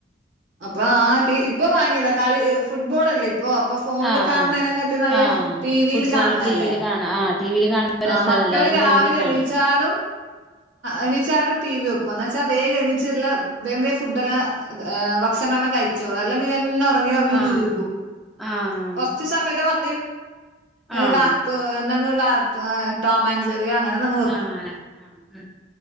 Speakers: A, on the right; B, in the centre.
A: അപ്പൊ ആ തീ ഇപ്പൊ വാങ്ങിയതാ കളി ഫുട്ബോൾ അല്ലേ അപ്പൊ അപ്പ ഫോണില്
B: ആഹ്
A: കാണുന്നതിനതിനെകട്ടി
B: ആഹ്
A: നല്ല
B: ആഹ്
A: ടി വിൽ
B: ഫുട്ബോള്
A: കാണുന്നല്ലേ
B: ടിവില് കാണാ ആഹ് ടിവില് കാണുമ്പോ
A: ആ
B: രസാണ്
A: മക്കള്
B: എല്ലാരും
A: രാവിലെ
B: കൂടി ഇരുന്നിട്ട് കാണാ
A: എണീച്ചാടും എണിച്ചാട ടിവി വക്കോ എന്ന് വച്ചാ വേഗന്നീച്ച്എല്ലാം വേ വേമ് ഫുഡ്‌ എല്ലാം ഭക്ഷണം എല്ലാം കഴിച്ചോളൂ അല്ലങ്കിൽ എല്ലാം ഇറങ്ങി ഇറങ്ങി
B: ആഹ്
A: വീകും
B: ആഹ്
A: കൊറച്ച് സമയകളാ ിന
B: ആഹ്
A: കാന്ത ോറ ടോം ആന്റ് ജെറി അങ്ങനെ എന്തെങ്കിലും
B: ആഹ ഉ